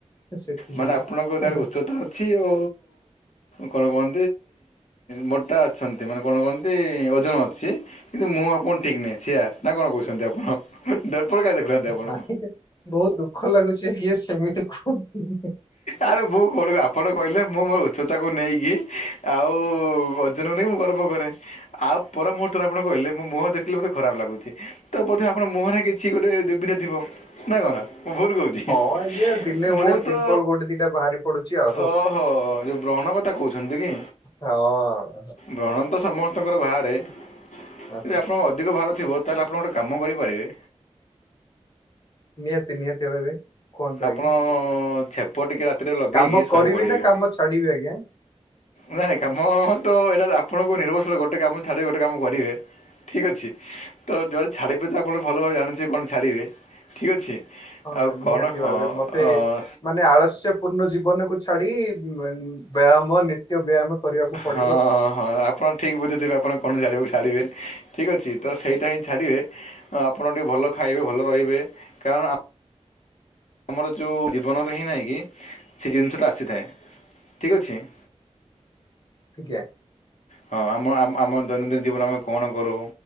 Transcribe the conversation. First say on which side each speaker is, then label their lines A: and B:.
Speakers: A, on the left; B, on the left.
A: ସେଥି
B: ମାନେ
A: ଯୋଗୁ।
B: ଆପଣଙ୍କ ତାହେଲେ ଉଚ୍ଚତା ଅଛି ଆଉ କଣ କୁହ ଆ ମୋଟା ଅଛନ୍ତି। ମାନେ କଣ କହନ୍ତି ଓଜନ ଅଛି। କିନ୍ତୁ ମୁହଁ ଆପଣଙ୍କର ଠିକ ନାହିଁ ସିଆ ନା କଣ କହୁଛନ୍ତି ଆପଣ? ଦର୍ପଣ କାଇଁ ଦେଖୁନାହାନ୍ତି ଆପଣ
A: ନାଇଁ ବହୁତ ଦୁଃଖ ଲାଗୁଛି ଇଏ ସେମିତି କୁହନ୍ତୁନି।
B: ଆରେ ମୁଁ କଣ ଆପଣ କହିଲେ ମୁଁ ମୋର ଉଚ୍ଚତାକୁ ନେଇକି ଆଉ ଓଜନ ମୁଁ ଗର୍ବ କରେ। ଆଉ ପର ମୁହୂର୍ତରେ ଆପଣ କହିଲେ, ମୋ ମୁହଁ ଦେଖିଲେ ମତେ ଖରାପ ଲାଗୁଛି। ତ ବୋଧେ ଆପଣଙ୍କ ମୁହଁରେ କିଛି ଗୋଟେ ଦୁବିଧା ଥିବ। ନାଁ କଣ? ମୁଁ ଭୁଲ କହୁଛି?
A: ହଁ ଆଜ୍ଞା ଦିନେ ଓଳିଏ
B: ମୁଁ
A: ପିମ୍ପଲ
B: ତ
A: ଗୋଟେ ଦିଟା ବାହାରି ପଡୁଛି ଆଉ।
B: ଓହୋ ଯୋଉ ବ୍ର ବ୍ରଣ କଥା କହୁଛନ୍ତି କି?
A: ହଁ।
B: ବ୍ରଣ ତ ସମସ୍ତଙ୍କର ବାହାରେ,
A: ଓହୋ
B: ଯଦି ଆପଣ ଅଧିକ ବାହାରୁ ଥିବ ତାହେଲେ ଆପଣ ଗୋଟେ କାମ କରିପାରିବେ?
A: ନିହାତି ନିହାତି ଭାବେ କୁହନ୍ତୁ
B: ଆପଣ
A: ଆଜ୍ଞା।
B: ଛେପ ଟିକେ ରା ରାତିରେ ଲଗେଇକି
A: କାମ
B: ଶୋଇ
A: କରିବି
B: ପଡିବେ।
A: ନା କାମ ଛାଡିବି ଆଜ୍ଞା?
B: ନାଇଁ କାମ ତ ଏଇଟା ଆପଣଙ୍କୁ ନିର୍ଭରଶୀଳ ଗୋଟେ କାମ ଛାଡି ଗୋଟେ କାମ କରିବେ। ଠିକ ଅଛି? ତ ଯୋଉଗୁଡା ଛାଡିବେ ତ ଆପଣ ଭଲ ଭାବେ ଜାଣିଥିବେ କଣ ଛାଡିବେ? ଠିକ ଅଛି।
A: ହଁ
B: ଆଉ
A: ନିହାତି
B: କ'ଣ ହଁ
A: ଭାବେ, ମତେ
B: ଅଁ,
A: ମାନେ ଆଳସ୍ୟ ପୂର୍ଣ୍ଣ ଜୀବନକୁ ଛାଡି ଉମ୍ ବ ବ୍ୟାୟାମ ନିତ୍ୟ ବ୍ୟାୟାମ କରିବାକୁ ପଡେ।
B: ହଁ, ହଁ, ଆପଣ ଠିକ ବୁଝିଥିବେ ଆପଣ କଣ ଜାଣିବା <unintelligible> ବେ ଠିକ୍ ଅଛି। ତ ସେଇଟା ହିଁ ଛାଡ଼ିବେ ଆପଣ ଟିକେ ଭଲ ଖାଇବେ ଭଲ ରହିବେ, କାରଣ ଆମ ଆମର ଯୋଉ ଜୀବନରେ ହିଁ ନାହିଁ କି? ସେ ଜିନିଷ ଟା ଆସିଥାଏ ଠିକ ଅଛି। <inaudible>
A: ଆଜ୍ଞା।
B: ହଁ ଆମ ଆମ ଦୈନନ୍ଦିନ ଜୀବନରେ ଆମେ କଣ କରୁ?